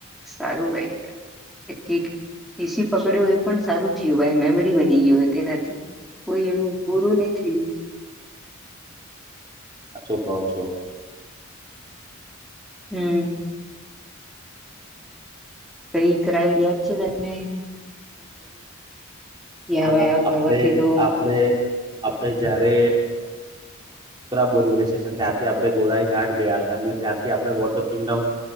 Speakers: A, in the centre; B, on the right (about 20°).
A: સારું ભાઈ. ખછથી. ટીસી પકડ્યો એ પણ સારું થયું ભાઈ મેમરી બની ગય હોય તેનાથી કોઈ એવું બૂરું નહી થયું.
B: સાચો કહો છો.
A: હમ કઈ કરઇડ યા છે તને. આ
B: હ
A: ભાઈ આ કરવાથી
B: આપણે
A: તો
B: આપણે આપણે જયારે અ બોરીલી સ્ટેશન ત્યાંથી આપણે ગોરાઈ ઘાટ ગયા હતા અને ત્યાંથી આપણે વોટર કિંગડમ